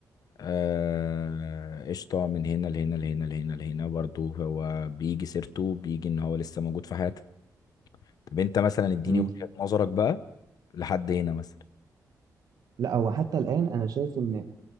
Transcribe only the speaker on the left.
آه، قشطة من هنا لهنا لهنا لهنا لهنا برضو هو بيجي سيرته بيجي ان هو لسه موجود في حياتها طب انت مثلا اديني
وجهة نظرك بقى لحد هنا مثلا